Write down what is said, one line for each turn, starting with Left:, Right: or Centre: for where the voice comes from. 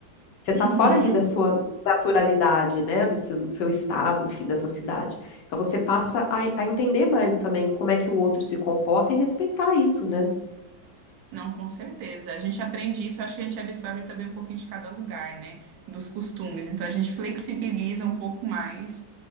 Left: você tá
Right: Uhum,
Left: fora ali da sua naturalidade, né, do seu, do seu estado, enfim, da sua cidade. Então você passa a, a entender mais também como é que o outro se comporta e respeitar isso, né?
Right: não, com certeza. A gente aprende isso, acho que a gente absorve também um pouquinho de cada lugar, né? Dos costumes. Então a gente flexibiliza um pouco mais